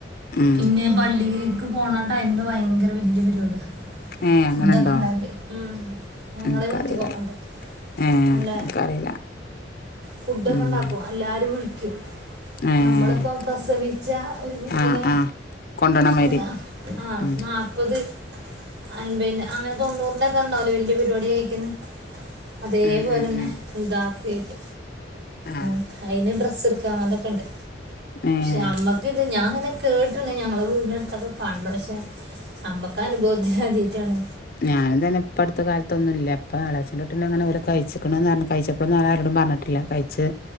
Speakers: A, on the left; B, on the right.
A: ഉം
B: പിന്നെ പള്ളിലൊക്കെ പളീക്ക് പോണ ടൈമില് ഭയങ്കര വല്യ പരിപാടിയാ
A: ഏഹ് അങ്ങനെണ്ടോ
B: ഫുഡോക്കെ ണ്ടാക്കി ഉം ഞങ്ങളെ
A: ഇൻക്കറീല
B: ഈ ഭാഗത്ത്ക്കോക്കണ്ട്
A: ഏഹ്
B: നല്ല
A: ഇൻക്കറീല
B: ഫുഡൊക്കെ
A: ഉം
B: ഉണ്ടക്കോ എല്ലാരും വിളിക്കോ
A: ഏഹ്
B: നമ്മളിപ്പോ പ്രസവിച്ച ഒരു കുട്ടിനെ
A: ആഹ് ആഹ് കൊണ്ടോണമാരി
B: ഏഹ് ആഹ്
A: ഉം
B: ന്നാപ്പത് അൻപിന്റെ അങ്ങനെ തൊണ്ണൂറിന്റെ ഒക്കെ ഉണ്ടാവ്ല്ലോ വല്യ പരിപാടി കഴിക്കുന്നെ അതേപോലെ
A: ഉം ഉം
B: തന്നെ
A: ഉം
B: ഇതാക്കിക്ക
A: ആഹ്
B: ഏഹ് അയ്ന് ഡ്രസ്സ്ട്ക്കണം അതൊക്കെണ്ട്
A: ഏഹ്
B: നമ്മക്ക്ത് ഞാൻ ങ്ങനെ കേട്ട്ണ് ഞങ്ങളെ വീട്ന്റട്ത്തൊക്കെ കണ്ട്ണ് പക്ഷെ അമ്മക്കാ അനുഭവത്തി അദ്യയ്ട്ടാണ്
A: ഞാനും തന്നെപ്പട്ത്ത് അടുത്ത കാലത്തൊന്നുല്ല പ്പ എളച്ചെന്റുട്ടിന്റ് അങ്ങനെഓല് കഴിച്ച്ക്ക്ണ്റ്ഞ്ഞു കഴിച്ചപ്പളോന്നും ഓല് അങ്ങനെ ആരോടും പറഞ്ഞിട്ടില്ല കഴിച്ച്